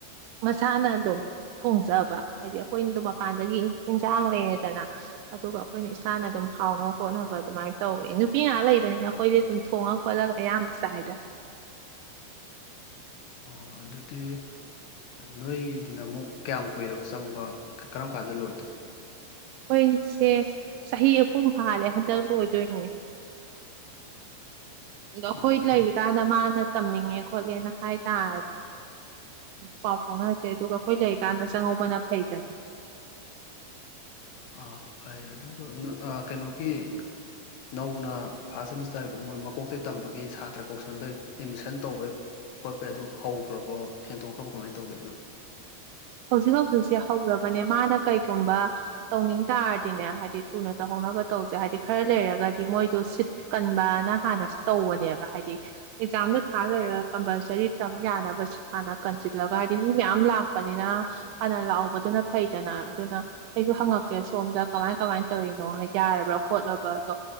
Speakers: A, on the right (about 85°); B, on the left (about 75°).
A: ꯃꯁꯥꯅ ꯑꯗꯨꯝ ꯊꯣꯡꯖꯕ ꯍꯥꯏꯗꯤ ꯑꯩꯈꯣꯏꯅ ꯑꯗꯨꯝ ꯃꯄꯥꯟꯗꯒꯤ ꯏꯟꯁꯥꯡ ꯂꯩꯔꯦꯗꯅ ꯑꯗꯨꯒ ꯑꯩꯈꯣꯏꯅ ꯏꯁꯥꯅ ꯑꯗꯨꯝ ꯍꯥꯎꯅꯕ ꯈꯣꯠꯅꯕ ꯑꯗꯨꯃꯥꯏꯅ ꯇꯧꯋꯦ ꯅꯨꯄꯤ ꯉꯥꯏꯍꯥꯛ ꯂꯩꯕꯅꯤꯅ ꯍꯣꯏꯗꯤ ꯑꯗꯨꯝ ꯊꯣꯡꯉ ꯈꯣꯠꯂꯒ ꯑꯌꯥꯝꯕ ꯆꯥꯏꯗ
B: ꯑꯣ ꯑꯗꯨꯗꯤ ꯅꯣꯏꯅ ꯑꯃꯨꯛ ꯀꯌꯥꯝ ꯀꯨꯏꯔꯕ ꯆꯪꯕ ꯀꯔꯝ ꯀꯥꯟꯗ ꯂꯣꯏꯗꯣꯏ
A: ꯑꯩꯈꯣꯏꯁꯦ ꯆꯍꯤ ꯑꯍꯨꯝ ꯐꯥꯔꯦ ꯍꯟꯗꯛ ꯂꯣꯏꯗꯣꯏꯅꯦ ꯑꯗꯣ ꯑꯈꯣꯏ
B: ꯑꯥ ꯑꯗꯨ
A: ꯂꯩꯔꯤ ꯀꯟꯗ ꯃꯥꯅ ꯇꯝꯅꯤꯡꯉꯦ ꯈꯣꯠꯂꯦꯅ ꯍꯥꯏ ꯇꯔꯗꯤ ꯄꯥꯎ ꯐꯥꯎꯅꯔꯁꯦ ꯑꯗꯨꯒ ꯑꯩꯈꯣꯏ ꯂꯩꯔꯤꯀꯥꯟꯗ ꯆꯪꯉꯧꯕꯅ ꯐꯩꯗꯅ
B: ꯑꯥ ꯐꯩ ꯑꯗꯨꯕꯨ ꯀꯩꯅꯣꯒꯤ ꯅꯧꯅ ꯐꯥꯔꯁ ꯁꯦꯃꯤꯁꯇꯔ ꯃꯣꯏ ꯃꯀꯣꯛꯇꯒꯤ ꯇꯝꯕꯒꯤ ꯁꯥꯇ꯭ꯔ ꯀꯧꯁꯟꯕꯩ ꯑꯦꯠꯃꯤꯁꯟ ꯇꯧꯕꯩ ꯈꯣꯠꯄꯩ ꯑꯗꯨ ꯍꯧꯈ꯭ꯔꯕꯣ ꯍꯦꯟꯗꯣꯛꯈ꯭ꯔꯕꯣ ꯀꯃꯥꯏꯅ ꯇꯧꯒꯦ
A: ꯍꯧꯖꯤꯛ ꯍꯧꯖꯤꯛꯁꯦ ꯍꯧꯔꯕꯅꯦ ꯃꯥꯅ ꯀꯩꯒꯨꯝꯕ ꯇꯧꯅꯤꯡ ꯇꯥꯔꯗꯤꯅꯦ ꯍꯥꯏꯗꯤ ꯊꯨꯅ ꯇꯧꯍꯧꯅꯕ ꯇꯧꯁꯦ ꯍꯥꯏꯗꯤ ꯈꯔ ꯂꯩꯔꯒꯗꯤ ꯃꯣꯏꯗꯣ ꯁꯤꯠ ꯀꯟꯕꯅ ꯍꯥꯟꯅꯁꯨ ꯇꯧꯕꯅꯦꯕ ꯍꯥꯏꯗꯤ ꯑꯦꯛꯖꯥꯝꯗꯣ ꯊꯥ ꯂꯩꯔꯒ ꯀꯝꯄꯜꯁꯔꯤ ꯇꯝ ꯌꯥꯅꯕ ꯁꯤꯠ ꯍꯥꯟꯅ ꯀꯟꯁꯤꯜꯂꯒ ꯍꯥꯏꯗꯤ ꯃꯤ ꯃꯌꯥꯝ ꯂꯥꯛꯄ ꯅꯤꯅ ꯍꯥꯟꯅ ꯂꯥꯛꯍꯧꯕꯗꯨꯅ ꯐꯩꯗꯅ ꯑꯗꯨꯅ ꯑꯩꯁꯨ ꯍꯪꯉꯛꯀꯦ ꯁꯣꯝꯗ ꯀꯃꯥꯏ ꯀꯃꯥꯏꯅ ꯇꯧꯔꯤꯅꯣ ꯍꯥꯏ ꯌꯥꯔꯕ꯭ꯔꯥ ꯈꯣꯠꯂꯕ ꯑꯗꯣ